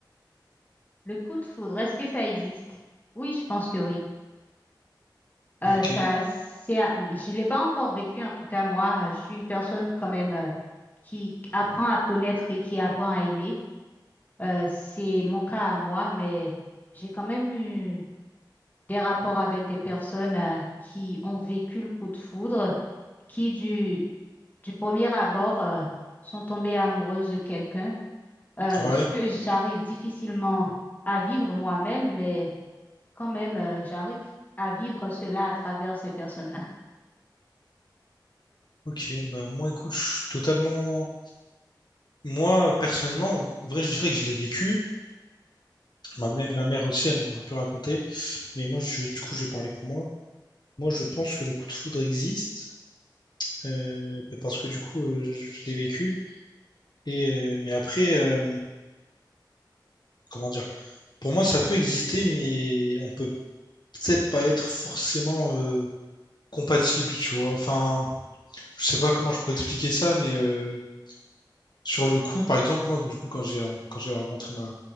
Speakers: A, on the left; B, on the left.
A: Le coup de foudre, est-ce que ça existe? Oui, je pense que oui. Euh,
B: Ok.
A: ça, c'est, à- je l'ai pas encore vécu, en tout cas, moi, je suis une personne quand même euh, qui apprend à connaître et qui apprend à aimer. Euh, c'est mon cas à moi, mais j'ai quand même eu des rapports avec des personnes euh, qui ont vécu le coup de foudre, qui du, du premier abord euh, sont tombées amoureuses de quelqu'un, euh,
B: Ouais.
A: ce que j'arrive difficilement à vivre moi-même, mais quand même, euh, j'arrive à vivre cela à travers ces personnes-là.
B: Ok. Bah moi, écoute, je suis totalement. Moi, personnellement, en vrai, je dirais que je l'ai vécu. Ma mère, ma mère aussi, elle m'en a un peu raconté. Mais moi, je vais, du coup, je vais parler pour moi. Moi, je pense que le coup de foudre existe euh, bah, parce que du coup, euh, je je l'ai vécu. Et euh, mais après, euh, comment dire? Pour moi, ça peut exister, mais on peut peut-être pas être forcément euh, compatible, tu vois. Enfin. je sais pas comment je pourrais expliquer ça, mais euh, sur le coup, par exemple, moi, du coup, quand j'ai quand j'ai rencontré ma,